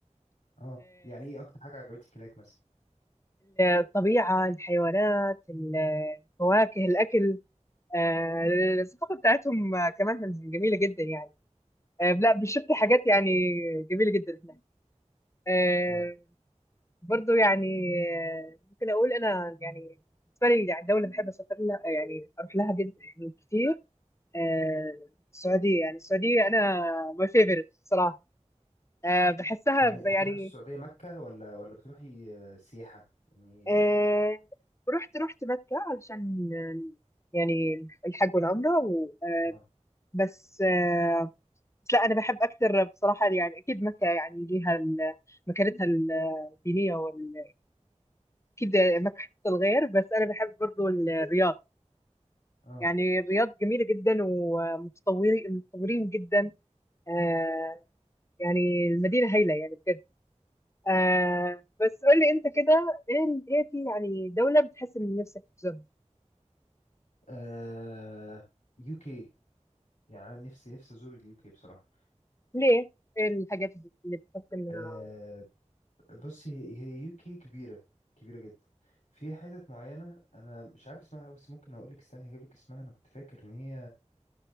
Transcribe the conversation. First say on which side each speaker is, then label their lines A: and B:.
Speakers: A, on the left; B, on the left.
A: اه يعني ايه اكتر حاجه عجبتك هناك مثلا
B: الطبيعة الحيوانات الفواكه الأكل آه، الثقافة بتاعتهم آه، كمان كانت جميلة جدا يعني آه، لا بشفت حاجات يعني جميلة جدا هناك آه،
A: اه
B: برضو يعني آه، ممكن أقول أنا يعني بالنسبة لي يعني دولة بحب أسافر لها آه، يعني أروح لها جدا يعني كتير آه، السعودية يعني السعودية أنا my favorite صراحة آه، بحسها
A: يعني
B: يعني
A: بتروحي السعوديه مكه ولا ولا بتروحي آه، سياحه يعني
B: آه رحت رحت مكة علشان آه، يعني الحج والعمرة و... آه
A: اه
B: بس آه بس لا أنا بحب أكثر بصراحة يعني أكيد مكة يعني ليها ال- مكانتها الدينية وال... أكيد مكة حتة الغير بس أنا بحب برضو الرياض
A: اه
B: يعني الرياض جميلة جدا ومتطورين متطورين جدا آه يعني المدينة هايلة يعني بجد آه بس قول لي أنت كده إيه إيه في يعني دولة بتحس إن نفسك تزورها
A: آه يو كي يعني انا نفسي نفسي ازور اليو كي بصراحه
B: ليه ايه الحاجات اللي بتحس انها
A: آه بص هي هي يو كي كبيره كبيره جدا في حتت معينه انا مش عارف اسمها أوي، بس ممكن اقول لك استنى هجيب لك اسمها انا كنت فاكر ان هي